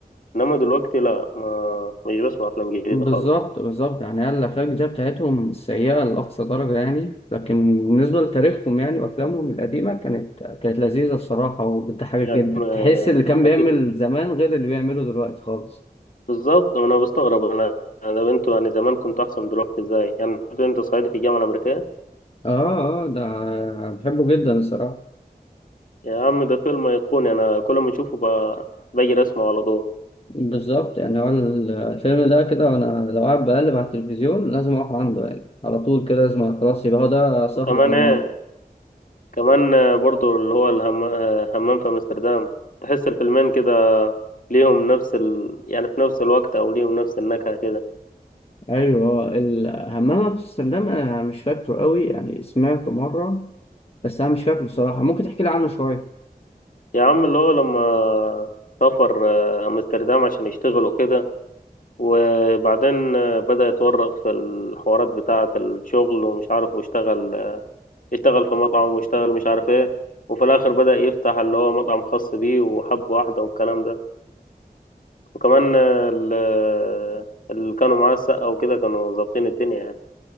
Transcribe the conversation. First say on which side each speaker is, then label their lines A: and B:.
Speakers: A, on the left; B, on the left.
A: إنما دلوقتي لا ما مش بسمع أفلام جديدة
B: بالظبط
A: خالص
B: بالظبط يعني هي الافلام الجديده بتاعتهم سيئه لاقصى درجه يعني لكن بالنسبه لتاريخهم يعني وافلامهم القديمه كانت كانت لذيذه الصراحه وبتضحك
A: يعني
B: جدا
A: آه،
B: تحس اللي كان بيعمل
A: أكيد
B: زمان غير اللي بيعمله دلوقتي خالص
A: بالظبط ما انا بستغرب انا ده انتوا يعني زمان كنتوا احسن دلوقتي ازاي يعني برضه انت صعيدي في الجامعه الامريكيه
B: اه اه ده بحبه جدا الصراحة
A: يا عم ده فيلم ايقوني انا كل ما اشوفه ب- باجي اسمعه على طول
B: بالظبط يعني هو ال- الفيلم ده كده وانا لو قاعد بقلب على التلفزيون لازم اقف عنده يعني على طول كده لازم خلاص يبقى هو ده سهرة
A: وكمان
B: النهاردة
A: ايه كمان آه، برضه اللي هو الهم... آه، همام في امستردام تحس الفيلمين كده ليهم نفس ال... يعني في نفس الوقت او ليهم نفس النكهه كده
B: ايوه الهمام في امستردام انا مش فاكره قوي يعني سمعته مره بس انا مش فاكره بصراحه ممكن تحكي لي عنه شويه
A: يا عم اللي هو لما سافر آه، امستردام عشان يشتغل وكده وبعدين آه، بدأ يتورط في الحوارات بتاعة الشغل ومش عارف واشتغل اشتغل في مطعم واشتغل مش عارف ايه وفي الاخر بدأ يفتح اللي هو مطعم خاص بيه وحب واحدة والكلام ده وكمان آه، ال- آه، اللي كانوا معاه السقا وكده كانوا ظابطين الدنيا يعني